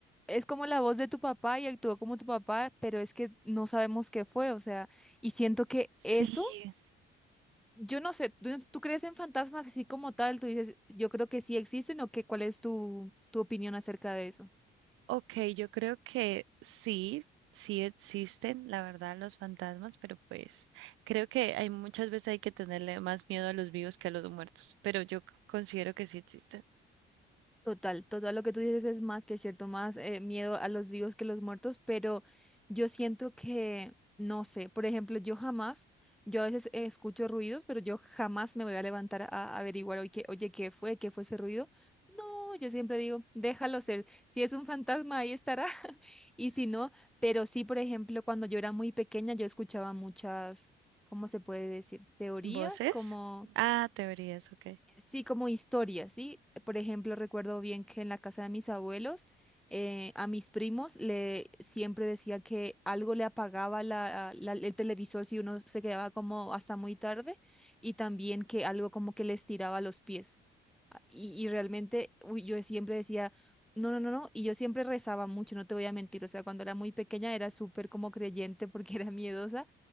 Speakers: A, in the centre; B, on the right.
A: es como la voz de tu papá y actuó como tu papá, pero es que no sabemos qué fue, o sea, y siento que eso
B: Sí,
A: Yo no sé, ¿tú, tú crees en fantasmas así como tal? Tú dices, yo creo que sí existen o qué, ¿cuál es tu, tu opinión acerca de eso?
B: ok, yo creo que sí, sí existen, la verdad, los fantasmas, pero pues creo que hay muchas veces hay que tenerle más miedo a los vivos que a los muertos, pero yo c- considero que sí existen.
A: Total, total, lo que tú dices es más que cierto, más eh, miedo a los vivos que los muertos, pero yo siento que, no sé, por ejemplo, yo jamás, yo a veces escucho ruidos, pero yo jamás me voy a levantar a averiguar, oye, ¿qué- oye, ¿qué fue? ¿Qué fue ese ruido? No, yo siempre digo, déjalo ser, si es un fantasma, ahí estará. Y si no, pero sí, por ejemplo, cuando yo era muy pequeña, yo escuchaba muchas, ¿cómo se puede decir? Teorías,
B: ¿Voces?
A: como,
B: Ah, teorías, ok.
A: sí, como historias, ¿sí? Por ejemplo, recuerdo bien que en la casa de mis abuelos, eh, a mis primos le siempre decía que algo le apagaba la, la- el televisor si uno se quedaba como hasta muy tarde, y también que algo como que les tiraba los pies. Y, y realmente, uy, yo siempre decía, no, no, no, no, y yo siempre rezaba mucho, no te voy a mentir, o sea, cuando era muy pequeña era súper como creyente porque <laughs> era miedosa,